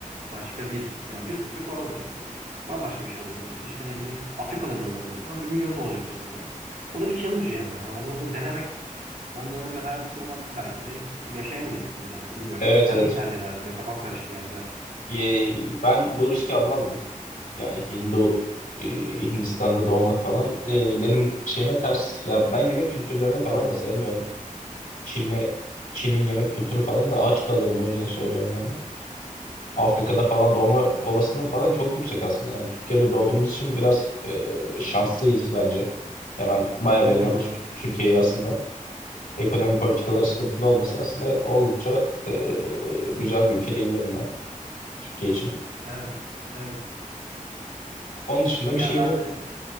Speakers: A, on the right (about 70°); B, on the left (about 85°).
A: başka bir yani diyorsun ki Türk olamayacaksın. Bambaşka bir şey olabilirsin. İşte ne bileyim Afrikalı bile olabilirsin ama bir milyonun olacak cebinde. O da bir challenge yani. Hani onu da denemek, ondan da bir hayat kurmak belki de yaşayamayacaksın bile yani bilmiyorum.
B: Evet
A: Sen
B: evet.
A: neyi tercih ederdin? Benim kafam karıştı yani biraz.
B: Ee, ben bu riski almazdım. Yani Hindu e, Hindistan'da doğmak falan e, benim şeyime ters. Ya ben yemek kültürlerini falan
A: Anladım.
B: da sevmiyorum. Çin'le Çin'in yemek kültürü falan da aç kalırım o yüzden söylüyorum yani. Afrika'da falan doğma olasılığım falan çok yüksek aslında. Yani Türkiye'de doğduğumuz için biraz e, şanslıyız bence. Ya ben bayağı
A: Katılıyorum
B: beğeniyorum
A: evet.
B: Tür- Türkiye'yi aslında. Ekonomi politikaları sıkıntılı olmasa aslında oldukça e, güzel bir ülke diyebilirim ben Türkiye için.
A: Evet, evet.
B: Onun dışında
A: Ya
B: bir şeyim
A: ben
B: yok.
A: de